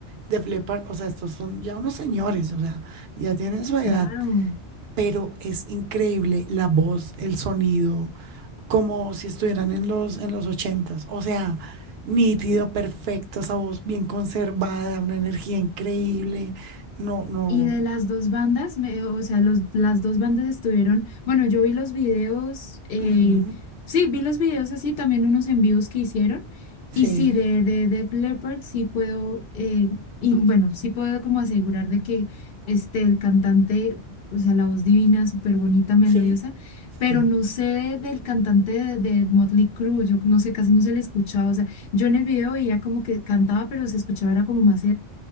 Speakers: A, on the right (about 70°); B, on the left (about 60°).
A: Def Leppard, o sea, estos son ya unos señores, o sea. Ya tiene su edad,
B: claro.
A: pero es increíble la voz, el sonido, como si estuvieran en los, en los ochentas. O sea, nítido, perfecto, esa voz bien conservada, una energía increíble. No, no.
B: Y de las dos bandas, me- o sea, los, las dos bandas estuvieron, bueno, yo vi los videos, eh,
A: Ujú,
B: sí, vi los videos así, también unos envíos que hicieron,
A: Sí,
B: y sí, de, de Def Leppard sí puedo, eh, y bueno, sí puedo como asegurar de que este, el cantante, o sea, la voz divina, súper bonita, melodiosa,
A: sí,
B: pero
A: sí.
B: no sé del cantante de, de Motley Crue, yo no sé, casi no se le escuchaba, o sea, yo en el video veía como que cantaba, pero se escuchaba, era como más